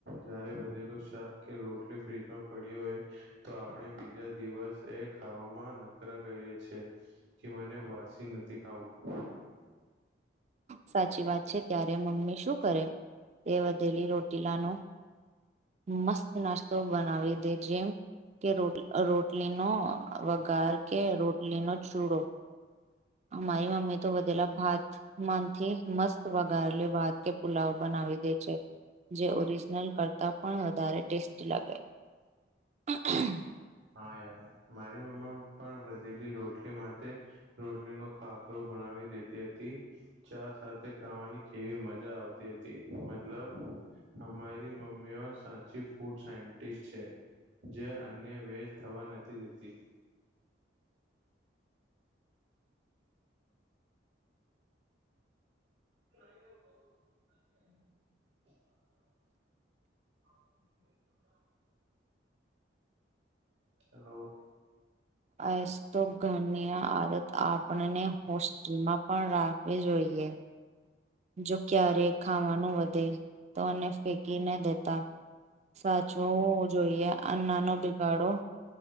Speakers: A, on the right; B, on the right.
A: જારે વધેલું શાક કે રોટલી ફ્રીજમાં પડી હોય તો આપણે બ બીજા દિવસ એ ખાવામાં નકરા કરીએ છે કે મને વાસી નથી ખાવું <inaudible>
B: સાચી વાત છે ત્યારે મમ્મી શું કરે તે વધેલી રોટીલાનો મસ્ત નાસ્તો બનાવી દે જેમ કે રોટલીનો વગાર કે રોટલીનો ચૂડો અમારી મમ્મી તો બધેલા ભાત માનથી મસ્ત વગારે ભાત કે પુલાવ બનાવી દે છે જે ઓરિજિનલ કરતાં પણ વધારે ટેસ્ટી લાગે <unintelligible>
A: હા યાર મારી મમ્મી પણ વધેલી રોટલી માટે રોટલી નો ખાકરો બના દેતી હતી ચા સાથે ખાવાની કેવી મજા આવતી હતી મતલબ અમારી મમ્મીઓ સાચી ફૂડ સાયન્ટિસ્ટ છે જે ને વેસ્ટ થવા નથી દેતી <inaudible> <inaudible> હ
B: એસ તો ઘરની આ આદત આપણને હોસ્ટેલમાં પણ રા ખવી જોઈએ જો ક્યારે ખાવાનું વધે તો અને ફેંકી ન દેતા સાચવું જોઈએ અન્ના નો બિગાડો